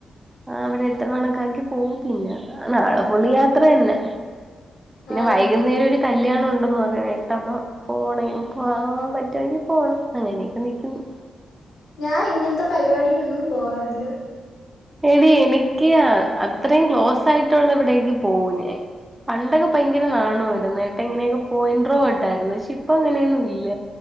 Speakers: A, on the right (about 20°); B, on the left (about 75°).
A: ആ അവിടെ എത്ര കണക്കാക്കി പോവും പിന്നെ നാളെ ഫുള് യാത്ര തന്നെ പിന്നെ
B: ആഹ്
A: വൈകുന്നേരം ഒരു കല്യാണം ഉണ്ടെന്ന് പറയണ കേട്ട് അപ്പൊ പോണേയും പോവ പറ്റുങ്കിപോണം അങ്ങനെയൊക്കെ നിക്കുന്നു
B: ഞാൻ ഇങ്ങൻത്തെ പരുവാടീഒന്നും പോവാറില്ല
A: എടി എനിക്ക് അത്രേം ക്ലോസായിട്ടൊള്ളെവിടെയും പോവും ഞാൻ പണ്ട് ഭയങ്കര നാണവായിര്ന്ന് കേട്ട ഇങ്ങനെയെങ്ങും പോ ഇൻട്രോവേർട്ടായിര്ന്ന് പക്ഷിപ്പങ്ങനെയൊന്നുവില്ല
B: ഏഹ്